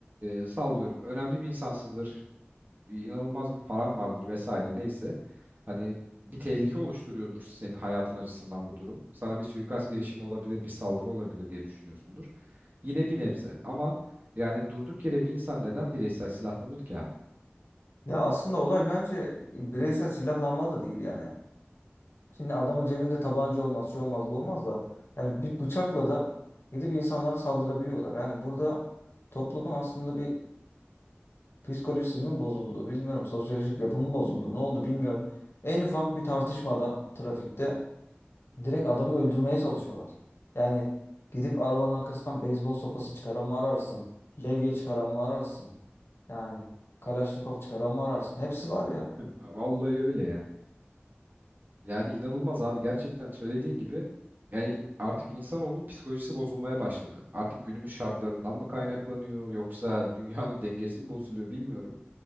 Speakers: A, on the right; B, on the left.
A: e, sallıyorum önemli bir insansıdır inanılmaz bir paran vardır vesaire neyse. Hani bir tehlike oluşturuyordur senin hayatın açısından bu durum. Sana bir suikast girişimi olabilir, bir saldırı olabilir diye düşünüyorsundur. Yine bir nebze ama yani durduk yere bir insan neden bireysel silahlanır ki abi?
B: Ya aslında olay bence bireysel silahlanma da değil yani. Şimdi adamın cebinde tabanca olmaz, şu olmaz, bu olmaz da. Yani bir bıçakla da gidip insanlara saldırabiliyorlar. Yani burada toplumun aslında bir Psikolojisi mi bozuldu bilmiyorum. Sosyolojik yapımı bozuldu. Ne oldu bilmiyorum. En ufak bir tartışmada trafikte direkt adamı öldürmeye çalışıyorlar. Yani gidip arabanın arkasından beyzbol sopası çıkaran mı ararsın? Levye çıkaran mı ararsın? Yani Kalaşnikov çıkaran mı ararsın? Hepsi var ya.
A: Vallahi öyle ya. Yani inanılmaz abi gerçekten söylediğin gibi yani artık insanoğlunun psikolojisi bozulmaya başladı. Artık günümüz şartlarından mı kaynaklanıyor yoksa dünyanın <laughs> dengesi mi bozuluyor bilmiyorum.